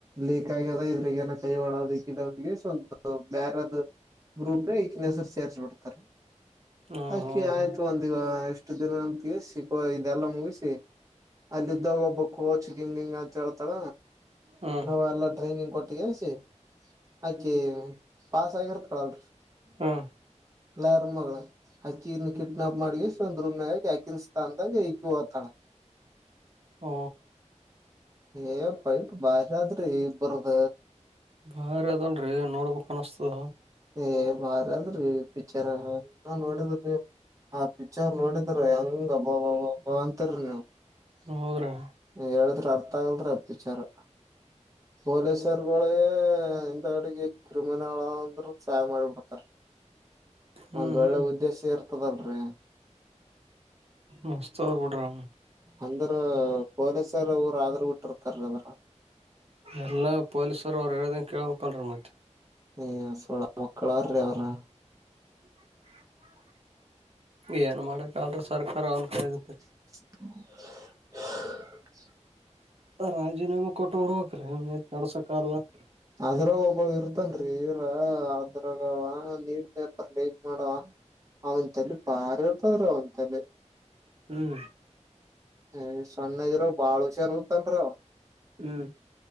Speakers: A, on the right (about 25°); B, on the right (about 55°).
A: ಲೀಕ್ ಆಗ್ಯದ ಇದ್ರಗ ಏನ ಕೈವಾಡೋದ ಈಕಿದು ಸ್ವಂತ ಬ್ಯಾರದ ಗ್ರೂಪ್ ಹೆಸರು ಸೇರ್ರಿಸ ಬಿಡ್ತಾರೆ
B: ಹ
A: ಅದಕಿ
B: ಹಾ ಹಾ
A: ಆಯ್ತು ಒಂದಗ ಎ ಎಷ್ಟ ದಿನಂತ ಸಿಕವಾ ಇದಲ್ಲಾ ಮುಗಿಸಿ ಅಲ್ಲಿದ್ದಾಗ ಒಬ್ಬ ಕೋಚ್ ಹಿಂಗ ಹಿಂಗ ಅಂತ ಹೇಳ್ತಾಳ
B: ಹ್ಮ್
A: ನಾವ ಎಲ್ಲ ಟ್ರೈನಿಂಗ್ ಕೊಟ್ಟಸಿ ಆಕಿ ಪಾಸ್ ಆಗಿರ್ತ್ ಕಳಲ್ರಿ
B: ಹ್ಮ್
A: ಲಾಯರ್ ಮಗಳು ಅಕ್ಕಿನ್ನು ಕಿಡ್ನಾಪ್ ಮಾಡಿ ಇಷ್ಟ ಒಂದು ರೂಮ್ನಾಗೆ ಆಕಿರ್ಸ್ತ ಅಂದಾಗ ಈಕಿ <unintelligible>
B: ಹ್ಮ
A: ಏ ಪೈಟ್ ಬಾರಿ ಆದ್ರಿ ಇಬರ್ದ
B: ಬಾರಿ ಅದನ್ರೀ ನೋಡ್ಬೇಕಕ್ ಅನಿಸ್ತದ
A: ಏ ಬಾರ ಅದ್ರಿ ಪಿಕ್ಚರ್ ನ ನೋಡಿದ್ರೀ ಹ ಪಿಕ್ಚರ್ ನೋಡಿದ್ರ ಹೆಂಗ್ ಅಬ್ಬಬಾ ಓ ಅಂತಲ್ರಿ ನೀವು
B: ಹೌದ್ರಿ
A: ಹೇಳಿದ್ರ ಅರ್ಥ ಆಗಲ್ರೀ ಅ ಪಿಚ್ಚರ್ ಪೊಲೀಸರ್ಗಳೇ ಇಂತ ಅಡಿಗೆ ಕ್ರಿಮಿನಲ್ ಅಂದ್ರು ಸಹಯಾ ಮಾಡಿಬಿಡ್ತಾರ
B: ಹ್ಮ್
A: ಒಂದ್
B: ಹ್ಮ್
A: ಒಳ್ಳೆ ಉದ್ದೇಶ ಇರ್ತದಲ್ರಿ
B: ಮಸ್ತ್ ಅವಾ ಬಿಡ್ರಿ
A: ಅಂದ್ರ ಪೊಲೀಸರ ಊರು ಆದ್ರ ಬಿಟ್ಟಿರ್ತಾರ ಅದ್ರ
B: ಎಲ್ಲ ಪೊಲೀಸರು ಅವ್ರು ಹೇಳ್ದಂ ಕೇಳ್ಬೇಕ್ ಅಲ್ರಿ ಮತ್ತೆ
A: ಏ ಸಳ ಮಕ್ಕಳಾರ್ರೀ ಅವ್ರ <unintelligible>
B: <inaudible> ಏನ್ ಮಾಡಕ್ಲ್ರ ಸರ್ಕಾರ ಅವನ್ ಕದತ್ತ
A: <inaudible>
B: ರಾಜೀನಾಮೇ ಕೊಟ್ಟ ಬಿಡ್ಬೇಕು ರೀ ಅವನ್ ಹೆ ನಡ್ಸಕ್ಲ್ಲನ್ರಿ
A: ಅದ್ರ ಒಬ್ಬ ಇರ್ತನ್ ರೀ ಇರ ಅ್ರವ ನೀೂಡ್ ಪೇಪರ್ ಲೈಟ್ ಮಾಡವ ಅವನ್ಲೆ ಬಾರಿ ಇರ್ತದ್ರ ಅವನ ತಲೆ <inaudible>
B: ಹ್ಮ್
A: ಏ ಸಣ್ಣಗಿರ ಬಾಳ್ ಹುಷಾರ್ತ್ತನ್ರ
B: ಹ್ಮ್